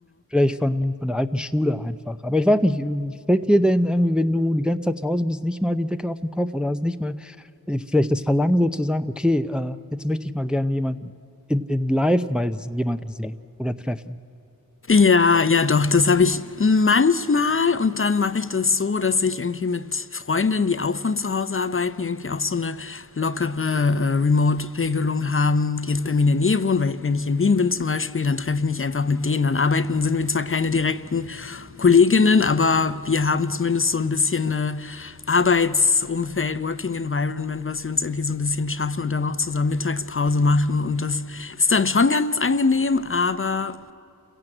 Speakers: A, in the centre; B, on the left.
A: vielleicht von, von der alten Schule einfach. Aber ich weiß nicht, fällt dir denn irgendwie, wenn du die ganze Zeit zu Hause bist, nicht mal die Decke auf den Kopf oder hast nicht mal äh, vielleicht das Verlangen so zu sagen, okay, äh, jetzt möchte ich mal gerne jemand in, in live mal jemanden sehen oder treffen.
B: Ja, ja doch, das habe ich manchmal und dann mache ich das so, dass ich irgendwie mit Freundinnen, die auch von zu Hause arbeiten, die irgendwie auch so eine lockere äh, Remote-Regelung haben, die jetzt bei mir in der Nähe wohnen, weil wenn ich in Wien bin zum Beispiel, dann treffe ich mich einfach mit denen, dann arbeiten, sind wir zwar keine direkten Kolleginnen, aber wir haben zumindest so ein bisschen eine Arbeitsumfeld, Working Environment, was wir uns irgendwie so ein bisschen schaffen und dann auch zusammen Mittagspause machen. Und das ist dann schon ganz angenehm, aber